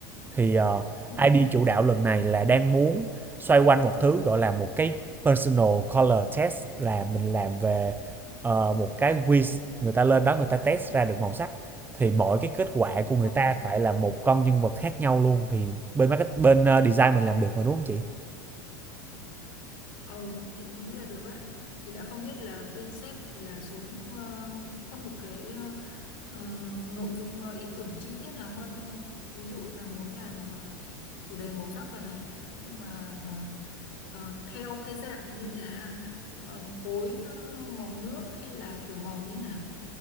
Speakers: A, on the right; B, on the left.
A: thì uh,
B: Ừ.
A: ID chủ đạo lần này là đang muốn xoay quanh một thứ gọi là một cái personal color test là mình làm về uh, một cái quiz người ta lên đó người ta test ra được màu sắc thì mỗi cái kết quả của
B: Ờ,
A: người ta phải là một con nhân vật khác nhau luôn thì bên market bên uh, design mình làm được mà đúng không chị?
B: ờ, chị nghĩ là được ấy. Thì là không biết là bên sếp thì là xuống ờ, có một cái ờ, Ờ, nội dung ờ, ý tưởng chi tiết nào hơn không em? Ví dụ là muốn làm ờ, chủ đề màu sắc rồi này nhưng mà ờ, ờ, theo cái dạng như là ờ, khối ờ, màu nước hay là kiểu màu như nào?